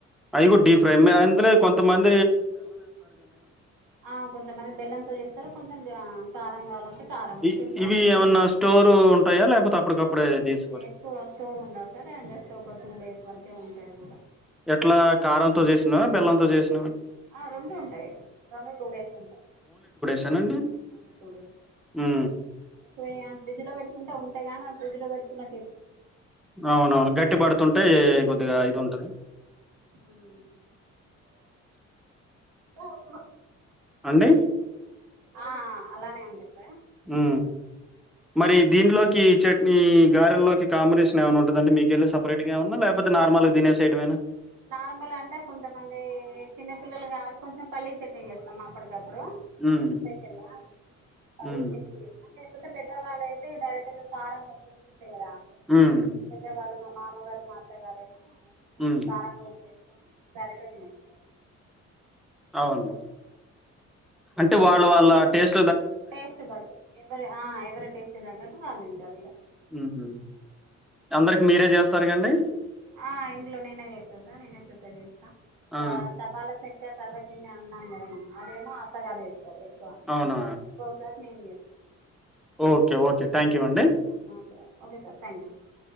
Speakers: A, in the centre; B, on the right (about 90°).
A: అవి కూడా డీ ఫ్రై కొంత మంది
B: ఆ కొంతమంది బెల్లంతో చేస్తారు కొంచెం కారం కావాలంటే కారమ్మ
A: ఇ-
B: స్వీట్ కామంటే
A: ఇవి
B: స్వీట్
A: ఏమన్నా స్టోర్ ఉంటాయా లేకపోతే అప్పటికప్పుడే తీసుకోవాలి
B: ఎక్కువ స్టోర్ ఉండవు సార్ జస్ట్ ఒక టూ డేస్ వరకే ఉంటాయి కూడా
A: ఎట్లా కారంతో చేసినవ బెల్లంతో చేసినా
B: ఆ రెండు ఉంటాయి రెండు టూ డేస్ ఉంటాయి
A: తన అండి
B: అవును టూ డేస్
A: ఆ
B: ఎక్కువ ఫ్రిడ్జ్ లో పెట్టుకుంటే ఉంటాయా కానీ మన ఫ్రిడ్జ్ లో పెట్టుకుఉన్న
A: అవును అవును గట్టి పడుతుంటే ఏ కొద్దిగా అయితు ఉంటది
B: మ్ ఓ ఓ
A: అండే
B: ఆ అలానే ఉంటది అసల్
A: ఉ మరి దీంట్లోకి చట్నీ గారెల్లోకి కాంబినేషన్ ఏమైన ఉంటద అండి మీకెళ్ళి సపరేట్ గా ఏమ అన్నా లేకపోతే నార్మల్గా తినేసేయటమేనా
B: నార్మల్ అంటే కొంతమంది చిన్న పిల్లలు కాబట్టి కొంచెం పల్లీ చట్నీ చేస్తాం అప్పటి ఇగ అప్పుడు
A: హ్మ్.
B: స్పెషల్గా పల్లి
A: హ్మ్.
B: చట్నీ చేస్తా లేకపోతే పెద్దవాళ్ళ అయితే డైరెక్ట్ గా కారం మకు ఉంటుంది కదా
A: హ్మ్.
B: పెద్దవాళ్ళు మా మామగారు మా అత్తగారే నూ
A: మ్
B: కారంలో ఉప్పు ఏసుకొని గరేట్ తినేస్తారు
A: అవును అంటే వాళ్ళ వాళ్ళ టేస్ట్
B: టేస్ట్ బట్టి ఎవరి ఆ ఎవరి టేస్ట్ తగ్గట్టు వాళ్ళు ఉంటారు ఇగ
A: ఉహు అందరికి మీరే చేస్తార్ గ అండి
B: ఆ ఇంట్లో నేనే చేస్తా సార్ నేనే ప్రిపేర్ చేస్తా
A: ఆ!
B: తబాలా చక్ అ సర్వటి నేను అన్నాను కదా మన అదేమో అత్తగారు చేస్తారు ఎక్కువ
A: అవునా!
B: ఒక్కొక్ సారి నేన్ చేస్తా.
A: ఓకే. ఓకే. థాంక్యూ అండి.
B: అ అ okay sir thank you
A: okay.